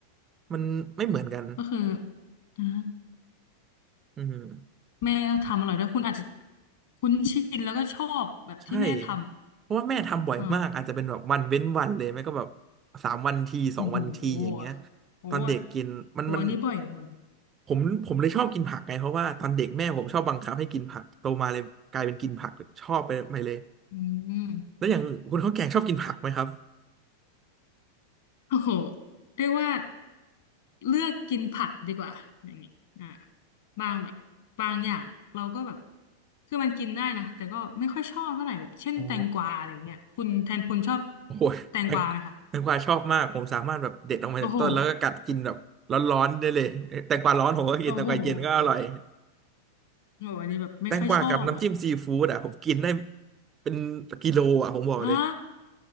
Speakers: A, on the right (about 25°); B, on the left (about 55°).
A: มันไม่เหมือนกัน
B: ก็คืออ่า
A: อืม
B: แม่ก็ทำอร่อยด้วยคุณอาจจะคุ้นชินแล้วก็ชอบแบบที่แม่ท
A: ใช่เพราะว่าแม่ทำบ่อยมากอาจจะเป็นแบบวันเว้นวันเลยไม่ก็แบบ
B: ำอ่า
A: สามวันทีสองวันทีอย่างเงี้ย
B: โอ้โหโอ้โห
A: ตอนเด็กกินมันมัน
B: โอโหอันนี้บ่อยกว่า
A: ผมผมเลยชอบกินผักไงเพราะว่าตอนเด็กแม่ผมชอบบังคับให้กินผักโตมาเลยกลายเป็นกินผักชอบไปไปเลย
B: อืม
A: แล้วอย่างคุณข้าวแกงชอบกินผักไหมครับ
B: โอ้โหเรียกว่าเลือกกินผักดีกว่าอย่างนี้อ่าบางแบบบางอย่างเราก็แบบคือมันกินได้นะแต่ก็ไม่ค่อยชอบเท่าไหร่แบบเช่นแตงกวาอะไรอย่างเงี้ยคุณแทนคุณชอบ
A: อ๋อโอ้โหแตงแตงกวาชอบมาก
B: แตงกวาไหมคะ
A: ผมสามารถแบบเด็ดออกมาจากต้นแล้วก็กัดกินแบบร้อนๆได้เลยเอ้ยแตงกวาร้อนผมก็กินแตงกวาเย็นก็อร่อย
B: โอ้โหโอ้โหโอ้โหอันนี้แบบไม่ค่อยชอบอ่ะ
A: แตงกวากับน้ำจิ้มซีฟู้ดอ่ะผมกินได้เป็นกิโลอ่ะผมบอกเลย
B: ฮะ